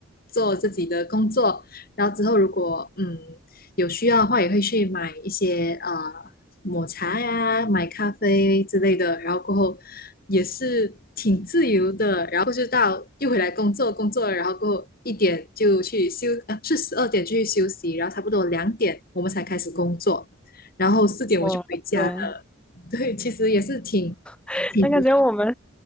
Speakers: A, on the left; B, in the centre.
A: 做自己的工作，然后之后如果嗯有需要的话，也会去买一些呃。抹茶呀、买咖啡之类的，然后过后也是挺自由的，然后就到又回来工作，工作了，然后过后一点就去休，呃，是十二点去休息，然后差不多两点我们才开始工作，然后四点我就回家了。
B: 我对，
A: <laughs> 对，其实也是挺
B: <laughs>
A: 挺不
B: 那感觉我们